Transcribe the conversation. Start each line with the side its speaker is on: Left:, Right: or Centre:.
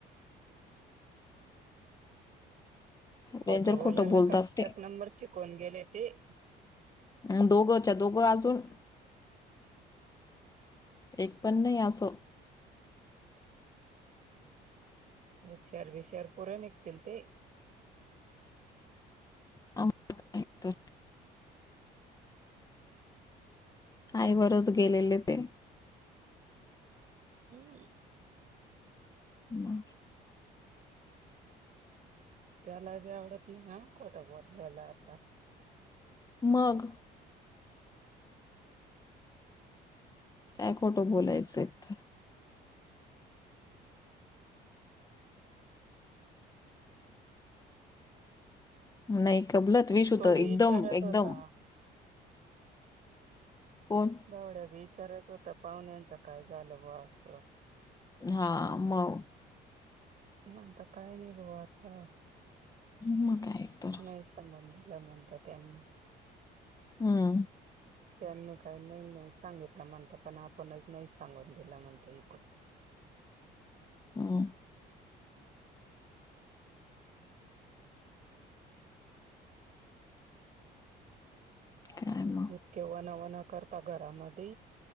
Right: खोट
Left: डेंजर
Right: बोलायला
Left: खोटं बोलतात
Right: का
Left: ते.
Right: एक नंबर शिकवून गेले ते.
Left: अन दोघंच्या दोघं अजून. एक पण नाही असं‌.
Right: होश्यार बिशर पोरे निघतील ते.
Left: आम्हाला काय तर आईवरच गेलेले ते.
Right: हम्म.
Left: मग.
Right: त्याला बी आवडत नाही हा खोट बोललेल आता.
Left: मग. काय खोटं बोलायचं एक तर. नाही कबलत विशूत
Right: तो बी
Left: एकदम,
Right: विचारत
Left: एकदम
Right: होता
Left: कोण
Right: भावड्या बी विचारत होता पाहुण्यांच काय झालं बो अस.
Left: हा मग.
Right: म्हणता कायही नाही बो आता.
Left: मग काय? तर
Right: नाही संबंध दिल म्हणतात त्यांनी.
Left: हम्म.
Right: त्यांनी काही नाही, नाही सांगितलं म्हणत पण आपणच नाही सांगून दिलं म्हणत इकूण.
Left: हम्म. <inaudible>
Right: इतके वनावना करता घरामध्ये